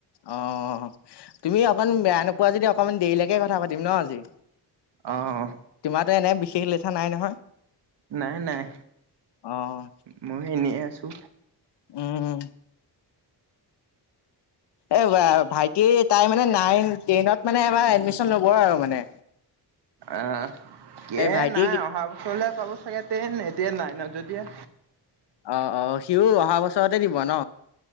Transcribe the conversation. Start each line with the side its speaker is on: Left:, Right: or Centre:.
Left: অ'। তুমি অকণ বেয়া নোপোৱা যদি অকণমান দেৰিলৈকে কথা পাতিম ন আজি।
Right: অ',
Left: তোমাৰো এনে বিশ হিল লেঠা নাই নহয়।
Right: নাই নাই
Left: অ',
Right: মই এনে আছো।
Left: উম। এ ভাইটি তাই মানে নাইন টেনত মানে এবাৰ এডমিচন ল'ব আৰু মানে।
Right: অ', কিহে
Left: এই ভাইটি
Right: নাই অহা বছৰহে পাব। চাগে টেন এডেন নাই ন য এতিয়া।
Left: অ', অ', সিও অহা বছৰতে দিব ন?